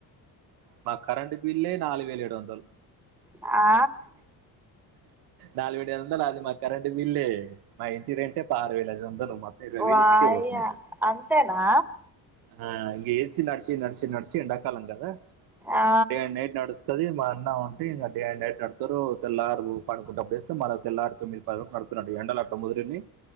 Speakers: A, on the right (about 75°); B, in the centre.
A: మా కరెంట్ బిల్లే నాలుగు వేల ఏడు వందలు
B: ఆ
A: నాలుగు పెట్టేదంత మాది కరెంట్ బిల్లే మా ఇంటి రెంటే పదారువేల ఐదు వందలు మొత్తం ఇరవై వేలు
B: వాయ
A: ఇంటికే పోతున్నాయి
B: అంతేనా
A: ఆ ఇగ ఏసి నడ్సి నడ్సి నడ్సి ఎండ కాలంగద
B: ఆ
A: డే అండ్ నైట్ నడుస్ స్తది మా అన్న ఉంటే ఇంకా డే అండ్ నైట్ నడతారు తెల్లారు పనుకుంటన్నప్పుడేస్తే మళ్ళా తెల్లరు తొమ్ది పది నడుతుట్టు ఎండల అట్ ముదిరిని